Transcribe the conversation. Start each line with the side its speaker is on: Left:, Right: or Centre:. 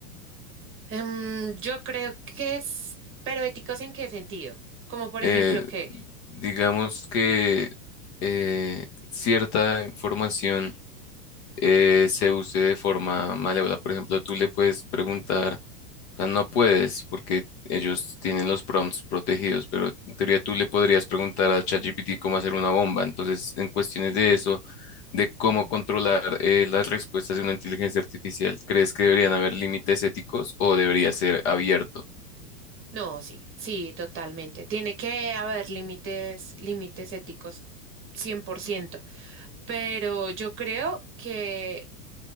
Right: Em, yo creo que es, pero éticos en qué sentido? Como por
Left: Eh,
Right: ejemplo que,
Left: digamos que eh, cierta información eh, se use de forma malévola. Por ejemplo, tú le puedes preguntar, o sea, no puedes porque ellos tienen los prompts protegidos, pero en teoría tú le podrías preguntar a ChatGPT cómo hacer una bomba. Entonces, en cuestiones de eso, de cómo
Right: mm,
Left: controlar eh, las respuestas de una inteligencia artificial, ¿crees que deberían haber límites éticos o debería ser abierto?
Right: no, sí, sí, totalmente. Tiene que haber límites, límites éticos cien por ciento pero yo creo que